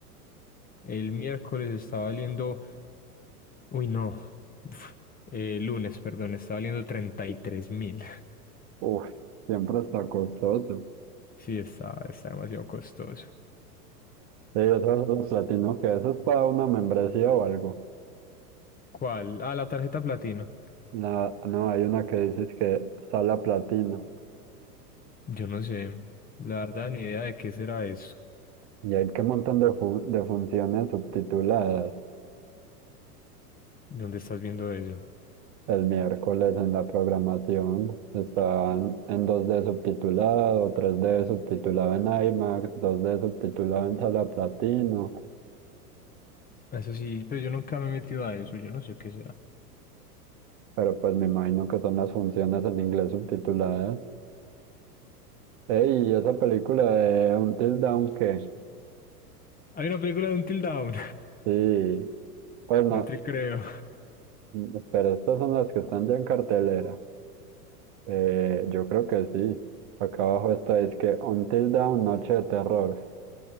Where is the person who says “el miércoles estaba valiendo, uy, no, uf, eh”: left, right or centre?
Left